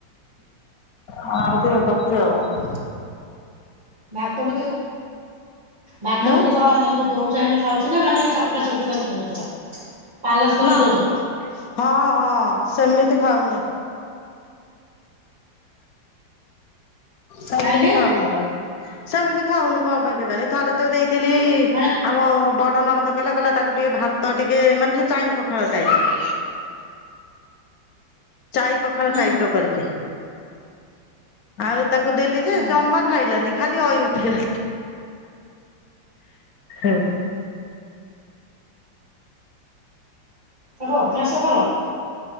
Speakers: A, on the left; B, on the right.
A: କଣ ଟିକେ କରୁଚି ଆଉ।
B: ଭାତ ବ ଭାତବୁତେ
A: ହୁଁ
B: କଣ ଏମିତି ଦଉଚହେମିତି ଖାଉଚିନା ମାନେ ଚକୁଡା ଚକୁଡି କରିକି ଦଉଚ ପୁରା। ପାଲସ କରିକି
A: ନା
B: ଦଉଛ
A: ହଁ ହଁ ସେମିତି ଖାଉନି। ସେମିତି
B: କାହିଁକି
A: ଖାଉନିବା। ସେମିତି ଖାଉନି କଁ ପାଇଁ କେଜାଣି ଥରେତ ଦେଇଥିଲି
B: ମାନେ
A: ମୋ ବଡ଼ ନଣନ୍ଦ କଇଁଲା କଇଁଲା ତାକୁ ଟିକେ ଭାତ ଟିକେ ମାନେ ଯୋଉ ଚାଇଁ ପଖାଳ ଟାଇପର ଚାଇଁ ପଖାଳ
B: ହୁଁ
A: ଟାଇପର କରିକି ଆଉ ତାକୁ ଦେଲିଯେ
B: ହୁଁ
A: ଜମା ଖାଇଲାନି ଖାଲି ଅଇଉଠେ ହେ
B: ତାକୁ ଅଭ୍ୟାସ କର?